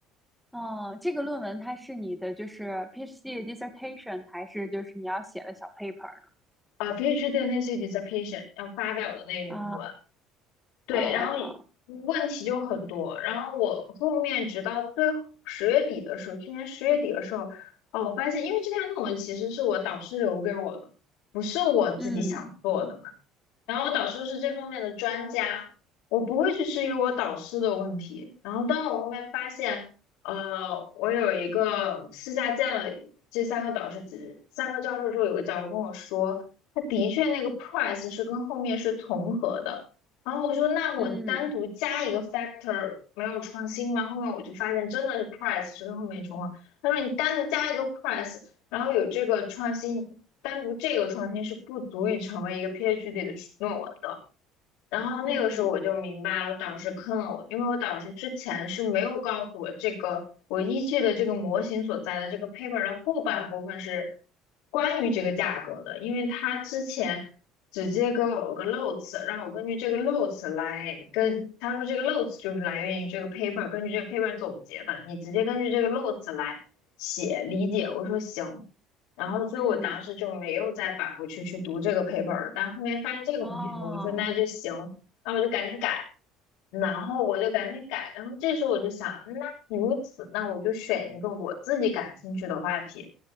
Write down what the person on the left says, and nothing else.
啊 p h d 的那些 dissertation 要发表的那个论文，
对，
然后问题就很多。
然后我后面直到最十月底的时候，去年十月底的时候，哦，我发现，因为这篇论文其实是我导师留给我的，不是我自己想做的嘛。
然后我导师是这方面的专家，我不会去质疑我导师的问题。然后当我后面发现，呃，我有一个私下见了这三个导师，这三个教授之后，有个教授跟我说，他的确那个 price 是跟后面是重合的。然后我说，那我单独加一个
factor 没有创新吗？后面我就发现真的是 price 是跟后面重合。他说你单独加一个 price，然后有这个创新。单独这个创新是不足以成为一个 PhD 的论文的。然后那个时候我就明白了，
导师坑了我，因为我导师之前是没有告诉我这个我依据的这个模型所在的这个 paper 的后半部分是关于这个价格的，因为他之前直接给我个 notes，让我根据这个 notes 来跟他说这个 notes 就是来源于这个 paper，根据这个 paper 总结的，你直接根据这个 notes 来写理解。我说行。然后所以我当时就没有再返回去去读这个
paper 了。但后面发现这个问题之后，
我说那就行，那我就赶紧改，然后我就赶紧改。然后这时候我就想，那如此，那我就选一个我自己感兴趣的话题。